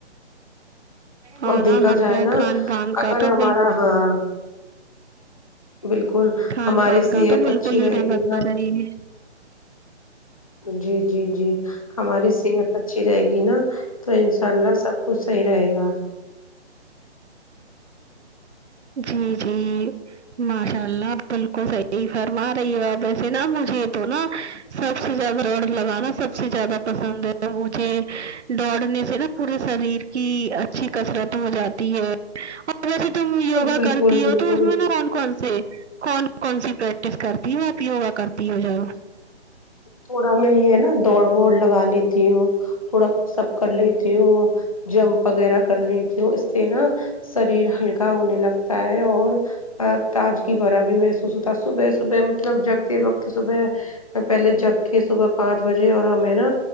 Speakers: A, on the right; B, on the left.
A: اورنا
B: اور دیکھا
A: ہمیں
B: جائے نا
A: کھان پان
B: اگر
A: کا تو
B: ہمارا
A: بالکل
B: ہاں بالکل
A: کھان
B: ہماری
A: پان کا
B: صحت
A: تو بالکل
B: اچھی رہے
A: ہی دھیان
B: گی
A: رکھنا
B: نا
A: چاہیے
B: جی جی جی ہماری صحت اچھی رہے گی نا تو ان شاء اللہ سب کچھ صحیح رہے گا <unintelligible>
A: جی جی ماشاء اللہ آ بالکل صحیح فرما رہی ہو آپ وسے نا مجھے تو نا سب سے زیادہ دوڑ لگانا سب سے زیادہ پسند ہے مجھے دوڑنے سے نا پورے شریر کی اچھی کسرت ہو جاتی ہے اور ویسے تم یوگا
B: بالکل
A: کرتی
B: بالکل
A: ہو تو اس میں نا کون کون سے کون کون سی پریکٹس کرتی ہو آپ یوگا کرتی ہو جؤ
B: تھوڑا میں یہ ہے نا دوڑ وڑ لگا لیتی ہوں تھوڑا سب کر لیتی ہوں جمپ وغیرہ کر لیتی ہوں اس سے نا شریر ہلکا ہونے لگتا ہے اور ا تاجگی بھرا بھی محسوس ہوتا صبح صبح مطلب جگتے وقت صبح پہلے جگ کے صبح پانچ بجے اور ہمیں نا